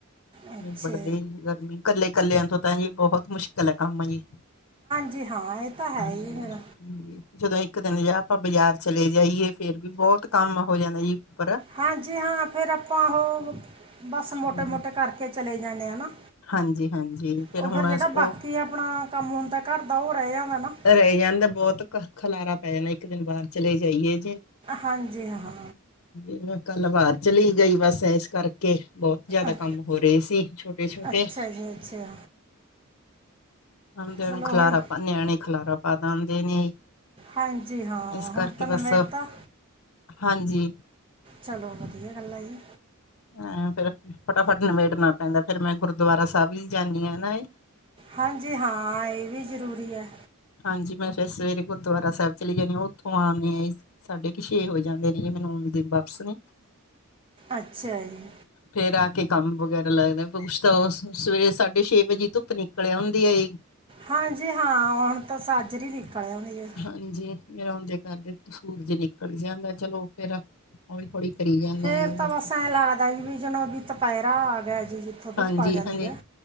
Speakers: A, on the right; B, on the left.
A: ਅੱਛਾ
B: ਵੜਦੇ
A: ਜੀ
B: ਗਰਮੀ ਇਕੱਲੇ ਕੱਲਿਆਂ ਤੋਂ ਤਾਂ ਜੀ ਬਹੁਤ ਮੁਸ਼ਕਿਲ ਹੈ ਕੰਮ ਜੀ
A: ਜੀ ਹਾਂ ਇਹ ਤਾਂ ਹੈ
B: ਹਾਂਜੀ
A: ਈ ਫੇਰ
B: ਜਦੋਂ ਇੱਕ ਦਿਨ ਜੇ ਆਪਾਂ ਬਾਜ਼ਾਰ ਚਲੇ ਜਾਈਏ ਫੇਰ ਵੀ ਬਹੁਤ ਕੰਮ ਹੋ ਜਾਂਦਾ ਜੀ ਉੱਪਰ
A: ਹਾਂਜੀ ਹਾਂ ਫਿਰ ਆਪਾਂ ਉਹ ਬੱਸ ਮੋਟੇ
B: ਹਾਂਜੀ
A: ਮੋਟੇ ਕਰਕੇ ਚਲੇ ਜਾਂਨੇ ਆ ਨਾ
B: ਹਾਂਜੀ ਹਾਂਜੀ
A: ਉਹ
B: ਹੁਣ
A: ਫੇਰ ਜਿਹੜਾ
B: ਉਹ
A: ਬਾਕੀ ਆਪਣਾ ਕੰਮ ਹੁੰਦਾ ਘਰ ਦਾ ਉਹ ਰਹਿ ਜਾਂਦਾ ਨਾ
B: ਰਹਿ ਜਾਂਦਾ ਬਹੁਤ ਖਲਾਰਾ ਪੈ ਜਾਣਾ ਇੱਕ ਦਿਨ ਬਾਹਰ ਚਲੇ ਜਾਈਏ
A: ਹਾਂਜੀ ਹਾਂ
B: ਹ ਮੈਂ ਕੱਲ ਬਾਹਰ ਚਲੀ ਗਈ ਬਸ ਇਸ ਕਰਕੇ ਬਹੁਤ ਜ਼ਿਆਦਾ
A: ਅੱ
B: ਕੰਮ ਹੋ ਰਹੇ ਸੀ ਛੋਟੇ ਛੋਟੇ
A: ਅੱਛਾ ਜੀ ਅੱਛਾ
B: ਆਉਂਦੇਆ
A: ਚਲੋ
B: ਨੂੰ ਖਲਾਰਾ
A: ਹੁਣ
B: ਪਾ ਨਿਆਣੇ ਖਲਾਰਾ ਪਾ ਦਿੰਦੇ ਨੇ
A: ਹਾਂਜੀ ਹਾਂ
B: ਇਸ
A: ਹੁਣ
B: ਕਰਕੇ
A: ਤਾਂ ਨਬੇੜ
B: ਬਸ
A: ਤਾ
B: ਹਾਂਜੀ
A: ਚਲੋ ਵਧੀਆ ਗੱਲ ਆ ਜੀ
B: ਏਂ ਫੇਰ ਫਟਾਫਟ ਨਿਬੇੜਨਾ ਪੈਂਦਾ ਫੇਰ ਮੈਂ ਗੁਰਦੁਆਰਾ ਸਾਹਿਬ ਤਾਂ ਵੀ ਜਾਨੀ ਆ ਨਾ ਇਹ
A: ਹਾਂਜੀ ਹਾਂ ਇਹ ਵੀ ਜ਼ਰੂਰੀ ਹੈ
B: ਹਾਂਜੀ ਮੈਂ ਫਿਰ ਸਵੇਰੇ ਗੁਰਦੁਆਰਾ ਸਾਹਿਬ ਚਲੀ ਜਾਂਨੀ ਆ ਉੱਥੋਂ ਆਨਿਸ ਸਾਡੇ ਕਿ ਛੇ ਹੋ ਜਾਂਦੇ ਨੇ ਜੀ ਮੈਨੂੰ ਆਂਦੇ ਨੂੰ ਵਾਪਸ ਨੂੰ
A: ਅੱਛਾ ਜੀ
B: ਫੇਰ ਆ ਕੇ ਕੰਮ ਵਗੈਰਾ ਲੱਗਦਾ ਪੁ ਕੁਛ ਤਾਂ ਸਵੇਰੇ ਸਾਢੇ ਛੇ ਵਜੇ ਧੁੱਪ ਨਿਕਲ ਆਉਦੀ ਹੈ ਜੀ
A: ਹਾਂਜੀ ਹਾਂ ਹੁਣ ਤਾਂ ਸਾਜਰੀ ਹੀ ਨਿਕਲ ਆਉਂਦੀ ਹੈ
B: ਹਾਂਜੀ ਫੇਰ ਆਉਂਦੇ ਕਰਦੇ ਨੂੰ ਸੂਰਜ ਨਿਕਲ ਜਾਂਦਾ ਚਲੋ ਫੇਰ ਹੌਲੀ ਹੌਲੀ ਕਰੀ ਜਾਂਦੇ
A: ਫੇਰ
B: ਆ ਜੀ
A: ਤਾਂ
B: ਬਸ
A: ਬੱਸ ਐ ਲੱਗਦਾ ਜੀ ਵੀ ਚਲੋ ਦੁਪਹਿਰਾ ਆ ਗਿਆ ਜੀ ਜਿੱਥੋਂ ਧੁੱਪ
B: ਹਾਂਜੀ
A: ਆ ਜਾਂਦੀ
B: ਹਾਂਜੀ
A: ਹੈ